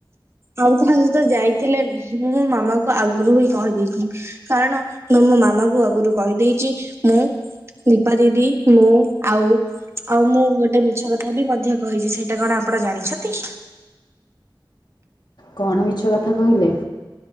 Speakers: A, on the right; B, on the left.
A: ଆଉ କାହା ସହିତ ଯାଇଥିଲେନି ମୁଁ ମୋ ମାମା କୁ ଆଗରୁ ହିଁ କହିଦେଇଛି। କାରଣ ମୁଁ ମୋ ମାମା କ ଆଗରୁ କହିଦେଇଛି। ମୁଁ ଦୀପା ଦିଦି, ମୁଁ ଆଉ ଆଉ ମୁଁ ଗୋଟେ ମିଛ କଥା ବି ମଧ୍ୟ କହିଛି ସେଇଟା କଣ ଆପଣ ଜାଣିଛନ୍ତି?
B: କଣ ମିଛ କଥା କହିଲେ?